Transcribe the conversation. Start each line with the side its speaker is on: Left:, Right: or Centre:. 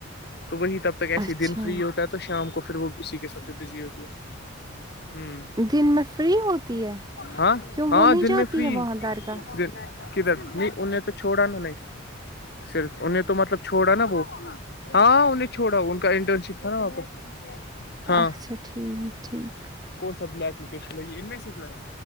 Left: تو وہی تب تک ایس
Right: اچھا
Left: ہی دن فری ہوتا ہے تو شام کو پھر وہ اسی کے سب سے بزی ہوتی ہے ہ
Right: دن میں فری ہوتی ہے
Left: ہاں
Right: کیوں
Left: ہاں
Right: وہ نہیں
Left: دن
Right: جاتی
Left: میں فری
Right: ہے وہاں در کااہ
Left: دن کدھر نہیں ان نے تو چھوڑا نا نہیں صرف انیں تو مطلب چھوڑا نا وہ ہاں انہیں چھوڑا ان کا انٹرن شپ تھا نا وہاپس ہاں
Right: اچھا ٹھیک ٹھیک
Left: کون سا بلیک لوکیشن لگی ان میں سے جو ہے